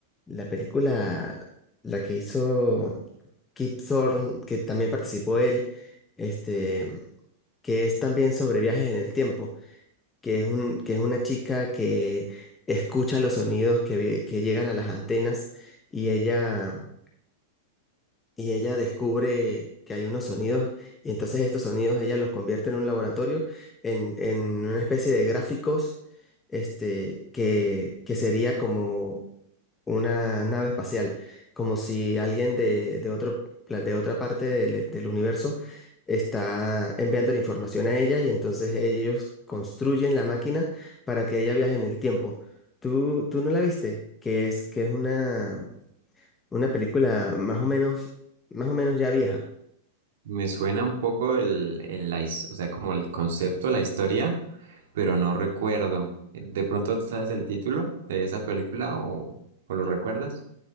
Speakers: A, on the left; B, on the right.
A: la película, la que hizo Kip Thorne, que también participó él, este, que es también sobre viajes en el tiempo, que es un, que es una chica que escucha los sonidos que, vi- que llegan a las antenas y ella y ella descubre que hay unos sonidos y entonces estos sonidos ella los convierte en un laboratorio, en, en una especie de gráficos, este, que, que sería como una nave espacial, como si alguien de, de otro, plan- de otra parte del, del universo está enviando la información a ella y entonces ellos construyen la máquina para que ella viaje en el tiempo. ¿Tú, tú no la viste? Que es, que es una una película más o menos, más o menos ya vieja.
B: Me suena un poco el, el la his- o sea, como el concepto, la historia, pero no recuerdo. ¿De pronto sabes el título de esa película o, o lo recuerdas?